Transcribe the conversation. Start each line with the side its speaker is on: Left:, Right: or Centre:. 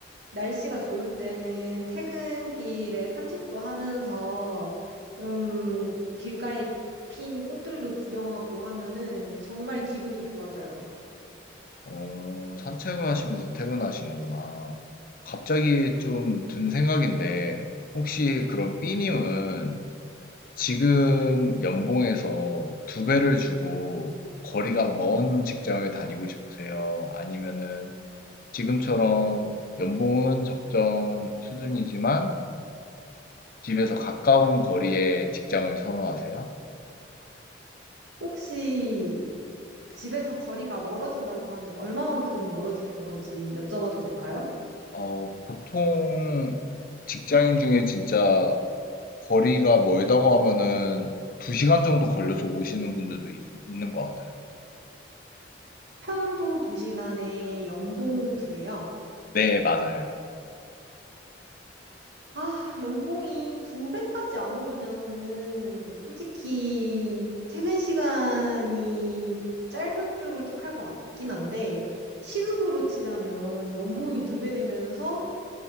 Right: 날씨가 좋을 때는 퇴근길에 산책도 하면서 좀 길가에 핀 꽃들도 구경하고 하면은 정말 기분이 좋아져요.
Left: 어, 산책을 하시면서 퇴근하시는구나. 갑자기 좀 든 생각인데, 혹시 그럼 B님은 지금 연봉에서 두 배를 주고 거리가 먼 직장을 다니고 싶으세요? 아니면은 지금처럼 연봉은 적정 수준이지만 집에서 가까운 거리에 직장을 선호하세요?
Right: 혹시 집에서 거리가 멀어진다고 하면 얼마만큼 멀어지는 건지 여쭤봐도 될까요?
Left: 어, 보통 직장인 중에 진짜 거리가 멀다고 하면은 2 시간 정도 걸려서 오시는 분들도 있, 있는 것 같아요.
Right: 편도 2시간에 연봉 2배요.
Left: 네, 맞아요.
Right: 아, 연봉이 2배까지 안 오르면은 솔직히 퇴근 시간이 짧은 쪽을 택할 것 같긴 한데 시급으로 치자면 연봉이 2배 되면서